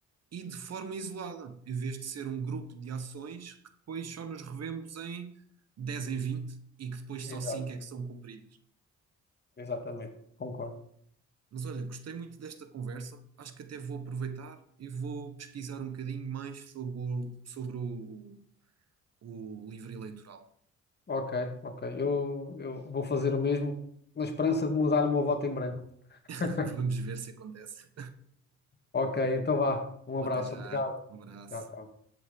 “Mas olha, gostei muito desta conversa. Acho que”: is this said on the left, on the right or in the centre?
Right